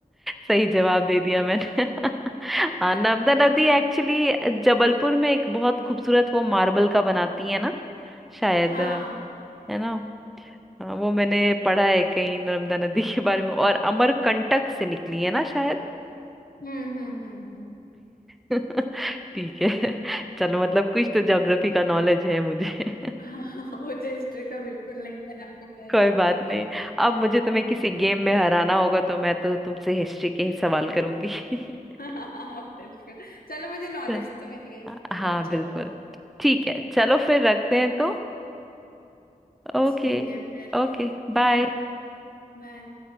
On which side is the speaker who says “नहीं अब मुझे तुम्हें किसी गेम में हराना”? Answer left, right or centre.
Centre